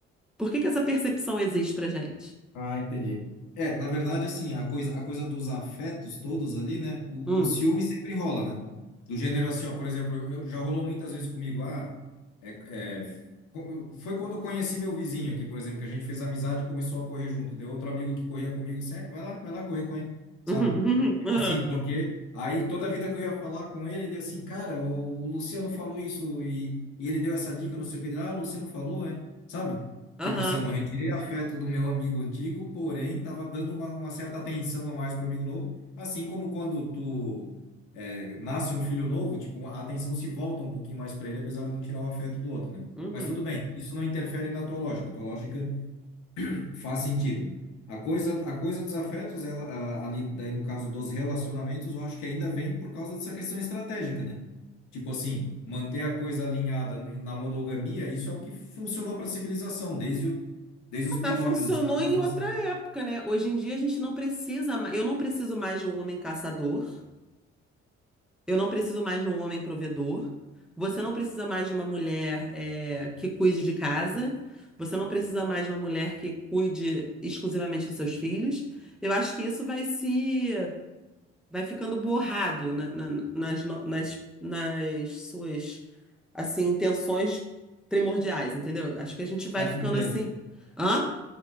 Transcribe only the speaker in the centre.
Por que que essa percepção existe pra gente?
Hum.
<laughs>
Uhum. Uhum.
Aham.
Aham.
Uhum.
Ah,
Mas funcionou
em outra
época, né? Hoje em dia a gente não precisa mais, eu não preciso mais de um homem caçador. Eu não preciso mais de um homem provedor. Você não precisa mais de uma mulher, eh, que cuide de casa. Você não precisa mais de uma mulher que cuide exclusivamente dos seus filhos. Eu acho que isso vai se, vai ficando borrado na- na- nas, no- nas, nas suas, assim, intenções primordiais, entendeu? Acho que a gente vai
ficando
assim. Hã?